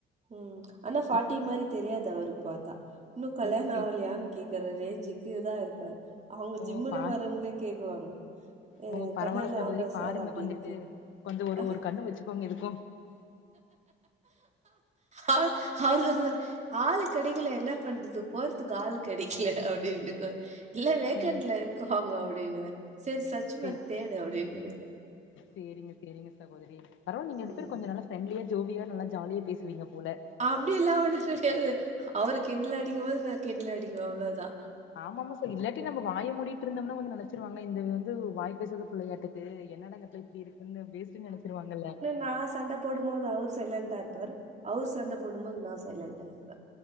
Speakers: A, on the right (about 35°); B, on the left (about 75°).
A: ம் ஆனா ஃபாட்டி
B: இப்பயே
A: மாரி
B: வந்து
A: தெரியாது அவுருப் பாத்தா இன்னுக் கல்யாண
B: ஓ சே
A: ஆவுலியான் கேக் க்கற ரேஞ்சுக்குதா இருப்பாரு அவுங்க
B: ஓ
A: ஜிம்முல
B: பா
A: வறவுங்ளே கேக்குவாங்க எ
B: ஓ பரவால்ல
A: கண்ணாலே
B: சகோதரி
A: ஆவுனா சார்
B: பாருங்க
A: அப்டின்
B: வந்துட்டு
A: கேப்
B: கொஞ்சோ ஒரு
A: அ
B: ஒரு
A: அ
B: கண்ணு வச்சுக்கோங்க இதுக்கு
A: அவுரு அவுருதா சொல் ஆளு கெடைக்கல என்னா பண்றது போறதுக்கு ஆளு கெடைக்கல அப்டினுக்கோ இல்ல வேக்கண்ட்ல
B: ஓ
A: இருக்காவுங்க அப்டினுவாரு சேரி சர்ச்
B: சே
A: பண் தேடு அப்டின்னுங்கத
B: சேரிங்க சேரிங்க சகோதரி பரவால் நீங்க ரெண்டு
A: ம்.
B: பேரு கொஞ்ச நல்லா ஃப்ரெண்ட்லியா ஜோவியா நல்லா ஜாலியா பேசுவீங்க போல
A: அப்டிலா ஒன்னுங் கெடையாது அவுரு கிண்டலடிக்கும் போது நா கிண்டல் அடிக்குவே அவ்ளோதா
B: ஆமாமா சார் இல்லாட்டி நம்ம வாய மூடிட்ருந்தம்னா வந்து நெனச்சிருவாங்னே இந்த வந்து வாய்ப் பேசாத பிள்ளையாட்டக் து என்னடா இந்தப்ள இப்டி இருக்குன்னு வேஸ்டுன் நெனச்சிருவாங்கல்ல
A: நா சண்டப் போடும்போது அவுரு சைலண்டா இருப்பாரு அவுரு சண்ட போடும்போது நா சைலண்டா ஆயிப்பே